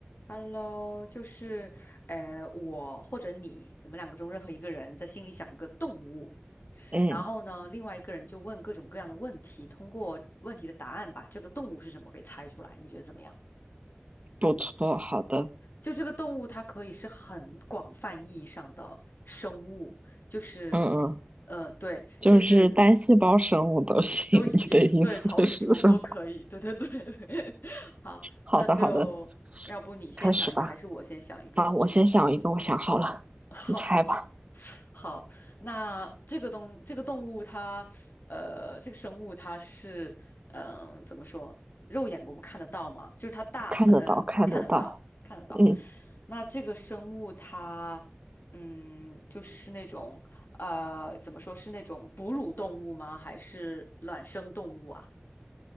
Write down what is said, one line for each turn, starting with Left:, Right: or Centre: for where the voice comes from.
Left: Hello，就是呃，我或者你，我们两个中任何一个人在心里想一个动物，
Right: 嗯，
Left: 然后呢，另外一个人就问各种各样的问题，通过问题的答案把这个动物是什么给猜出来，你觉得怎么样？
Right: 不错，好的，
Left: 就这个动物，它可以是很广泛意义上的生物，就是
Right: 嗯嗯，
Left: 呃，对，
Right: 就是单细胞生物都行。
Left: 就是都行，
Right: <laughs> 你的意思是说，
Left: 对，草履虫都可以，
Right: <laughs>
Left: 对对对对。<laughs> 好，
Right: 好的，
Left: 那就要不你先想一个，
Right: 好的，开始吧。
Left: 还是我先想一个？
Right: 好，我先想一个，我想好了，
Left: 好，
Right: 你猜吧。
Left: <laughs> 好，那这个东这个动物它，呃，这个生物它是，嗯、怎么说，肉眼我们看得到吗？就是它大很，
Right: 看得到，
Left: 呃，
Right: 看得到。
Left: 看得到，看得到。
Right: 嗯，
Left: 那这个生物它，嗯，就是是那种，呃，怎么说是那种哺乳动物吗？还是卵生动物啊？